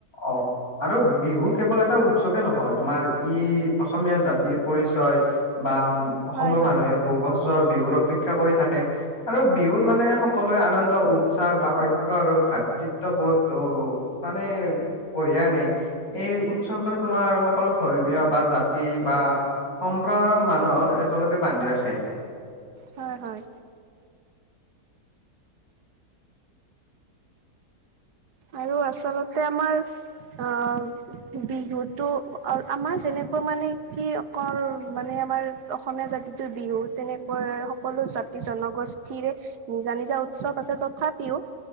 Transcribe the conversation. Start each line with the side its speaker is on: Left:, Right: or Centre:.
Left: অ', আৰু বিহু কেৱল এটা উৎসৱে নহয় তোমাৰ ই অসমীয়া জাতিৰ পৰিচয় বা অসমৰ
Right: হয় হয়
Left: মানুহে বহু বছৰ বিহুৰ অপেক্ষা কৰি থাকে আৰু বিহুত মানে সকলোৱে আনন্দ উৎসাহ বা ঐক্য আৰু ভাতৃত্ববোধ মানে কঢ়িয়াই আনে এই উৎসকলে তোমাৰ সকলো ধৰ্মীয় বা জাতি বা সম্প্ৰসাৰণ মানুহক একেলগে বান্ধি ৰাখে।
Right: হয় হয়। আৰু আচলতে আমাৰ অ', বিহুতটো আমাৰ যেনে তেনেকৈ মানে কি অকল মানে আমাৰ অসমীয়া জাতিটোৰ বিহু তেনেকৈ সকলো জা জনগোষ্ঠিৰে নিজা নিজা উৎসৱ আছে, তথাপিও